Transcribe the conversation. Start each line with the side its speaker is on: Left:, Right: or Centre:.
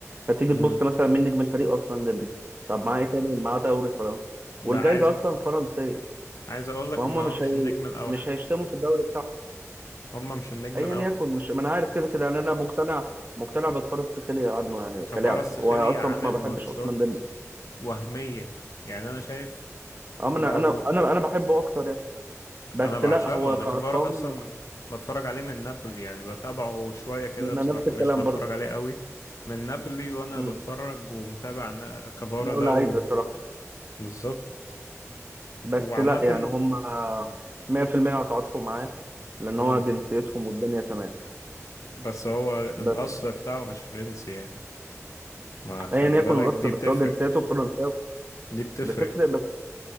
Right: فتيجي
Left: امم
Right: تبص مثلا مين نجم الفريق اصلا ديمبلي طب معاه ايه تاني معاه دوري فرنسي
Left: لا
Right: والجايزة
Left: عايز أ-
Right: اصلا فرنسية
Left: عايز اقول لك
Right: فهم
Left: ان هو
Right: مش
Left: مش
Right: هي...
Left: النجم الاوحد
Right: مش هيشتموا في الدوري بتاعهم
Left: هما مش النجم
Right: ايا
Left: الاوحد
Right: يكن مش ما انا عارف كده كده يعني انا مقتنع مقتنع بتفرج سخيلي عنه يعني
Left: كفارة
Right: كلاعب
Left: السخيلي
Right: واصلا
Left: عامل
Right: ما بحبش
Left: ماتشات
Right: عثمان ديمبلي
Left: وهمية يعني انا شايف
Right: اه انا
Left: لو
Right: انا انا انا بحبه اكتر يعني بس
Left: انا بعشقه
Right: لا هو
Left: انا
Right: كارقام
Left: كفارة اصلا بتفرج عليه من نابولي يعني بتابعه شوية كده
Right: انا
Left: بصراحة
Right: نفس الكلام
Left: مش بتفرج عليه قوي من نابولي وانا
Right: برضه
Left: بتفرج ومتابع أنا كفارة
Right: لا
Left: ده
Right: هو لعيب
Left: و...
Right: بصراحة
Left: بالظبط
Right: بس
Left: وعامة
Right: لا يعني هم 100% هتعاطفوا معاه لأن
Left: امم
Right: هو جنسيتهم والدنيا تمام
Left: بس هو الاصل
Right: بس
Left: بتاعه مش فرنسي يعني ما خلي
Right: أيا يكن
Left: بالك
Right: الأصل
Left: دي
Right: بس
Left: بتفرق
Right: هو جنسيته فرنساوي
Left: دي بتفرق
Right: بتفرق بس